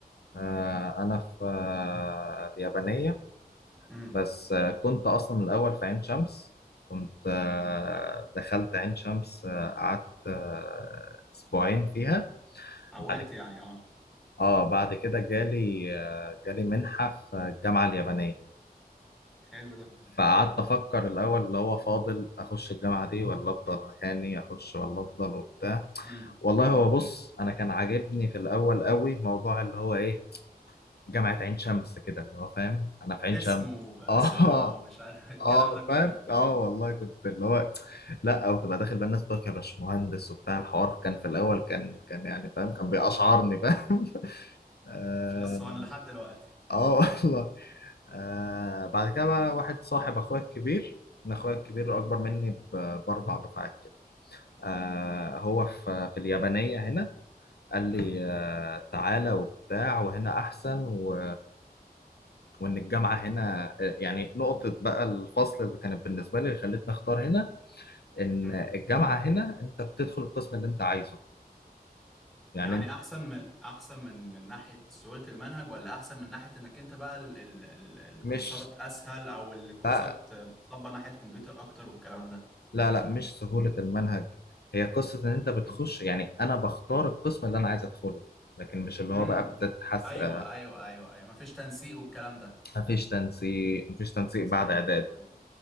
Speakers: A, on the left (about 85°); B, in the centre.
A: آه، أنا في آه، اليابانية
B: امم
A: بس آه، كنت أصلا الأول في عين شمس كنت آه، دخلت عين شمس آه، قعدت آه، أسبوعين فيها
B: حولت
A: بعد كده
B: يعني اه
A: آه بعد كده جالي آه، جالي منحة في الجامعة اليابانية
B: حلو ده
A: فقعدت أفكر الأول اللي هو فاضل أخش الجامعة دي ولا أفضل مكاني أخش ولا أفضل وبتاع
B: امم
A: والله هو بص أنا كان عاجبني في الأول قوي موضوع اللي هو إيه جامعة عين شمس كده اللي هو فاهم أنا في عين
B: اسمه
A: شمس <laughs>
B: آه،
A: آه
B: سمعة ومش عارف <laughs> الكلام
A: اه
B: ده كله
A: فاهم اه والله كنت اللي هو لا او تبقى داخل بقى الناس بتوع كان باشمهندس وبتاع الحوار كان في الاول كان كان يعني فاهم كان بيقشعرني فاهم <laughs> اه
B: بلس 1 لحد دلوقتي
A: آه والله آه بعد كده بقى واحد صاحب اخويا الكبير انا اخويا الكبير
B: امم
A: اكبر مني ب- باربع دفعات كده آه هو في في اليابانيه هنا قال لي
B: امم
A: آه تعالى وبتاع وهنا احسن و... وان الجامعه هنا آه، يعني نقطه بقى الفصل اللي كانت بالنسبه لي اللي خلتني اختار هنا ان
B: امم
A: الجامعه هنا انت بتدخل القسم اللي انت عايزه يعني
B: يعني
A: انت
B: احسن من احسن من من ناحيه سهوله المنهج ولا احسن من ناحيه انك انت بقى ال ال ال الكورسات
A: مش
B: اسهل او الكورسات
A: لا
B: صبه ناحيه كمبيوتر اكتر والكلام ده
A: لا لا مش سهوله المنهج هي قصه ان انت بتخش
B: امم
A: يعني انا بختار القسم اللي انا عايز ادخله لكن مش اللي
B: امم
A: هو بقى بتتحس
B: ايوه
A: آه،
B: ايوه ايوه ايوه مفيش تنسيق والكلام ده
A: مفيش تنسيق مفيش تنسيق
B: زي
A: بعد اعداد
B: الفل